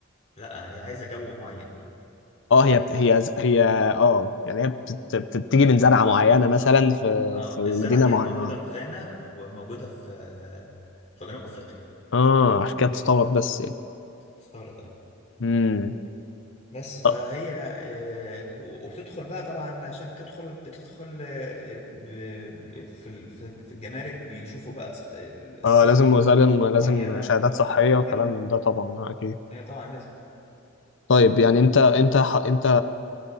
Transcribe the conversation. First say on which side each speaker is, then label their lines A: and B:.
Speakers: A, on the left (about 35°); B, on the left (about 65°).
A: لا هي عايزة جو معين
B: اه هي بت... هي ز- هي اه يعني هي بتت... بتتيجي من زرعة معينة مثلا في
A: اه
B: في مدينة
A: الزرعة ديت
B: معينة
A: موجودة في غانا وموجودة في في جنوب أفريقيا
B: اه عشان كده بتستورد بس يعني
A: استغرب اه
B: امم
A: بس فهي
B: اه
A: آه، و- وبتدخل بقى طبعا عشان تدخل بتدخل آه، ب- في ال- في في الجمارك بيشوفوا بقى تصح- الصحة
B: آه، لازم لازم لازم
A: معينة
B: شهادات
A: وكده
B: صحية وكلام من ده طبعا آه، اكيد
A: هي طبعا لازم
B: طيب يعني انت انت ح- انت